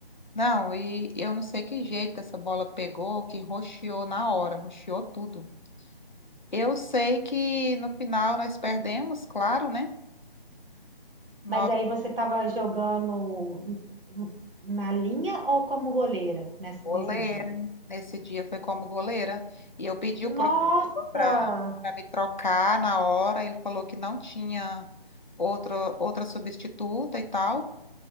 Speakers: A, on the left; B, on the right.
A: Não, e eu não sei que jeito que essa bola pegou, que roxeou na hora, roxeou tudo. Eu sei que no final nós perdemos, claro, né? Nossa
B: Mas aí você estava jogando n- n- na linha ou como goleira nesse,
A: goleira,
B: nesse dia?
A: nesse dia foi como goleira. E eu pedi
B: Nossa!
A: o professor para me trocar na hora, ele falou que não tinha outra, outra substituta e tal,